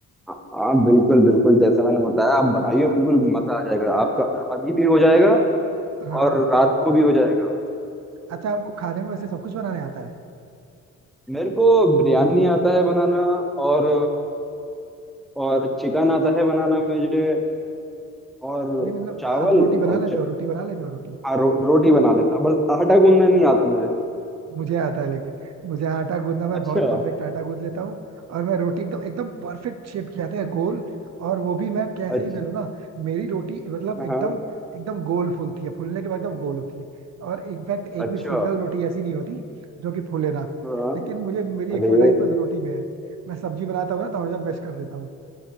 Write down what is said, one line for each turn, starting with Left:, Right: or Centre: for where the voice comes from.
Centre: हाँ बिल्कुल बिल्कुल जैसा मैंने बताया
Right: अच्छा,
Centre: आप बनाइए बिल्कुल
Right: आ-
Centre: मजा आ जाएगा आपका अभी भी हो जाएगा
Right: हाँ
Centre: और रात को भी हो जाएगा
Right: अच्छा आपको खाने में वैसे सब कुछ बनाने आता है
Centre: मेरे को बिरयानी आता है बनाना और और चिकन आता है बनाना मुझे और
Right: नहीं मतलब
Centre: चावल
Right: आप रोटी बना
Centre: और
Right: लेते
Centre: च...
Right: हो रोटी बना लेते हो रोटी
Centre: हाँ रो, रोटी बना लेता हूँ बस आटा गूंदना नहीं आता मुझे
Right: मुझे आता है लेकिन मुझे आटा गूंदना मैं
Centre: अच्छा
Right: बहुत परफेक्ट आटा गूंद लेता हूँ और मैं रोटी एकदम एकदम परफेक्ट शेप की आती है गोल और वो भी मैं कैसे
Centre: अच्छा
Right: ही बेलूँ ना मेरी रोटी मतलब
Centre: हाँ
Right: एकदम एकदम गोल फूलती है फूलने के बाद एकदम गोल होती है और इनफैक्ट एक
Centre: अच्छा
Right: भी सिंगल रोटी ऐसी नहीं होती जो कि फूले ना
Centre: हाँ
Right: लेकिन मुझे मेरी
Centre: अरे
Right: एक्सपर्टाइज बस रोटी में है मैं सब्जी बनाता हूँ ना तो हमेशा मैश कर देता हूँ